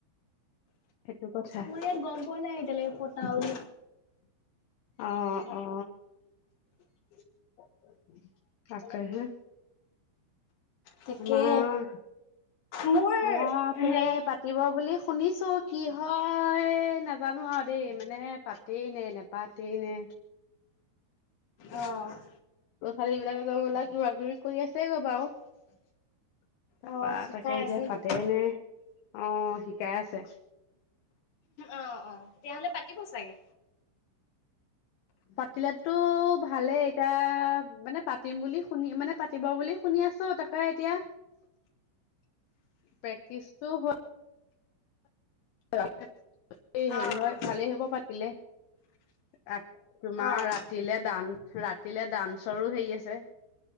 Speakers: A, on the left; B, on the left.
A: সেইটো কথা
B: আমা ইয়াত গম পোৱা নাই এতিয়ালৈকে পতা আৰু
A: অ অ <inaudible> তাকে হে
B: তাকে
A: অঁ।
B: মোৰ
A: অফালে
B: হেৰি
A: পাতিব বুলি শুনিছো, কি হয় নাজানো আৰু দেই মানে পাতেই নে নেপাতেই নে।
B: অঁ।
A: এইবিলাক গলাকৰি কৰি আছে গৈ বাৰু। তাৰ
B: অ',
A: পৰা
B: শিকাই
A: তাকে এতিয়া
B: আছে নেকি?
A: পাতে নে অ' শিকাই আছে।
B: অঁ-অঁ তেতিয়াহ'লে পাতিব চাগে।
A: পাতিলেটো ভালেই, এতিয়া মানে পাতিম বুলি শুনি, মানে পাতিব বুলি শুনি আছো, তাকে এতিয়া, প্ৰেক্টিচটো হ <unintelligible> হেৰি
B: অ',
A: হয় ভালেই হ'ব পাতি দিলে <unintelligible> তোমাৰ
B: অ',
A: ৰাতিলে দান ৰাতিলে ডান্সৰো হেৰি আছে,